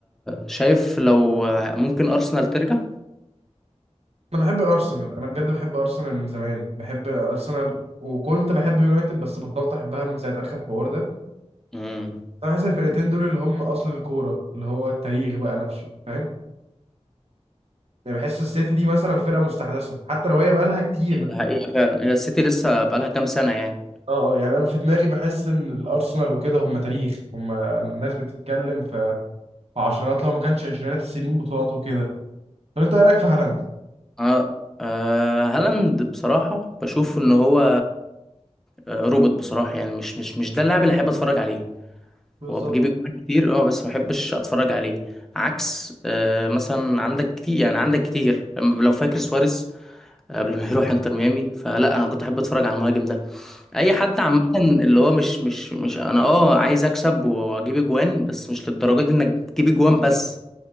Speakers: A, in the centre; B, on the right (about 60°).
A: شايف لو ممكن أرسنال ترجع؟
B: انا بحب ارسنال انا بجد بحب ارسنال من زمان بحب ارسنال وكنت بحب يونايتد بس بطلت احبها من ساعة اخر الحوار ده
A: امم
B: انا بحس الفرقتين دول اللي هم اصل الكورة اللي هو التاريخ بقى نفسه فاهم يعني بحس السيتي دي مثلا فرقة مستحدثة حتى لو هي بقالها كتير بس
A: حقيقة فعلا هي السيتي لسه بقالها كام سنة يعني
B: اه اه يعني انا في دماغي بحس ان الارسنال وكده هم تاريخ هم ناس بتتكلم في في عشرات لو ما كانش عشرينات السنين بطولات وكده طب انت ايه رايك في هالاند
A: اه آه، هالاند بصراحة بشوف ان هو آه، روبوت بصراحة يعني مش مش مش ده اللاعب اللي أحب أتفرج عليه
B: بالظبط
A: هو بيجيب أجوان كتير أه بس ما بحبش أتفرج عليه عكس آه، مثلا عندك كتير يعني عندك كتير لو فاكر سواريز آه، قبل ما يروح انتر ميامي فلا انا كنت احب اتفرج على المهاجم ده اي حد عامه اللي هو مش مش مش انا اه عايز اكسب واجيب اجوان بس مش للدرجه دي انك تجيب اجوان بس